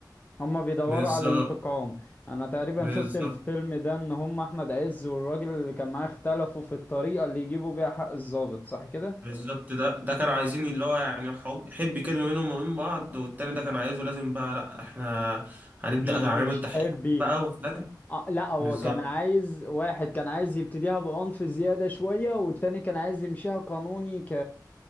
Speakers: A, on the left; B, on the right.
A: هما بيدوروا
B: بالظبط
A: على الانتقام انا تقريبا
B: بالظبط
A: شفت الفيلم ده ان هم احمد عز والراجل اللي كان معاه اختلفوا في الطريقة اللي يجيبوا بيها حق الضابط صح كده
B: بالظبط ده ده كانوا عايزين اللي هو يعني حب حب كده ما بينهم وما بين بعض والتاني ده كان عايزه لازم بقى لأ احنا هنبدأ
A: مش
B: تعميم التحقيقات
A: حبي
B: بقى وفاهم
A: آه لا هو
B: بالظبط
A: كان عايز واحد كان عايز يبتديها بعنف زيادة شوية والتاني كان عايز يمشيها قانوني ك